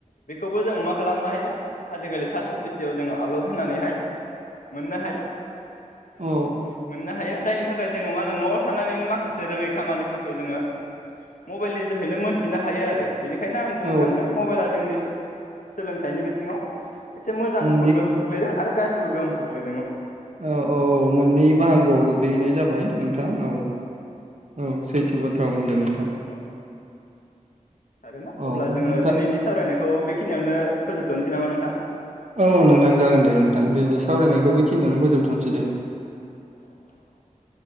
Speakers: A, on the left; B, on the right.
A: बेखौबो जोङो मा खालामनो हायो आजिखालि सात जि पि टि आव जोङो आपलड होनानैहाय मोननो हायो। ओं
B: औ
A: मोननो हायो। जायनि थाखाय जोङो मा होनो न'आव थानानैनो माखासे रोङै खामानिफोरखौ जोङो मबाइलनि जोहैनो मोनथिनो हायो आरो। बेनिखायनो आं बुंनो
B: औ
A: थांगोन मबाइला जोंनि स सोलोंथाइनि बिथिङाव। एसे मोजांबो
B: मोननै
A: गोहोम खोख्लैदों आरो गाज्रिबो गोहोम खोख्लै
B: औ औ औ मोननै बाहागोआव गोग्लैनाय जाबाय नोंथां औ औ सैथो बाथ्रा बुंदों नोंथां।
A: औ आरोना
B: औ
A: अब्ला जोङो
B: नोंथां
A: दिनैनि सावरायनाय खौ बेखिनियावनो फोजोबथनोसै नामा नोंथां?
B: औ नोंथां जागोन दे नोंथां दिनै
A: औ
B: सावरायनायखौ
A: दे
B: बेखिनियावनो फोजोबथनसै दे।
A: <inaudible>